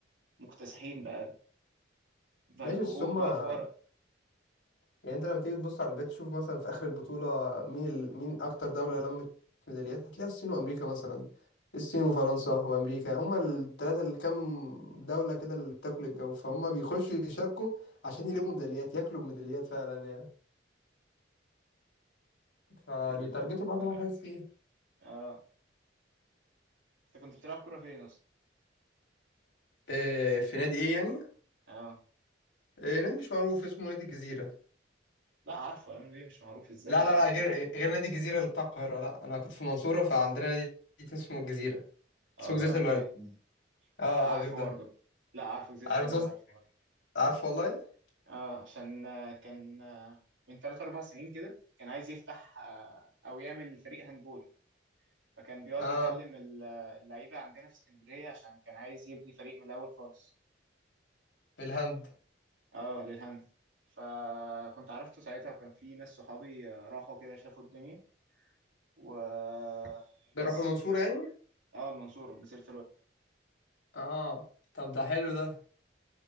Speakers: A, on the right; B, on the left.
A: مكتسحين بقى
B: <laughs>
A: بقى,
B: ماشي
A: بقوا-
B: بس هما
A: بقى في ورا
B: يعني انت لما تيجي تبص على الاولمبياد تشوف مثلا في اخر البطوله مين ال... مين اكتر دوله لمت ميداليات هتلاقيها الصين وامريكا مثلا الصين وفرنسا وامريكا هما الثلاثه اللي كام دوله كده اللي بتاكل الجو فهم بيخشوا يشاركوا عشان يلموا ميداليات ياكلوا ميداليات فعلا يعني فبيتارجتوا
A: ال...
B: بعض الحاجات فيها
A: اه انت كنت بتلعب كرة فين اصلا
B: اه في نادي ايه يعني
A: اه
B: اه نادي مش معروف اسمه نادي الجزيره
A: لا عارفه ام بي مش معروف ازاي
B: لا
A: مش
B: لا لا
A: معروف
B: غير غير نادي الجزيره اللي بتاع القاهره لا انا كنت في المنصوره فعندنا نادي اسمه الجزيره
A: اه
B: اسمه جزيره
A: ده واحد
B: الورد
A: تاني
B: اه
A: لا عارفه
B: اه غير ده
A: برضه لا عارفه جزيرة
B: عارف جزيره
A: القرد عارفه برضه
B: عارف والله
A: اه عشان آه، كان آه، من ثلاث اربع سنين كده كان عايز يفتح آه، او يعمل فريق هاندبول فكان بيقعد
B: اه
A: يكلم ال- آه، اللعيبه عندنا في اسكندريه عشان كان عايز يبني فريق من الاول خالص
B: في الهند
A: اه للهاند فكنت عرفته ساعتها وكان في ناس صحابي آه، راحوا كده شافوا الدنيا وبس
B: بيروحوا المنصورة يعني
A: اه المنصورة جزيرة
B: اه طب ده حلو ده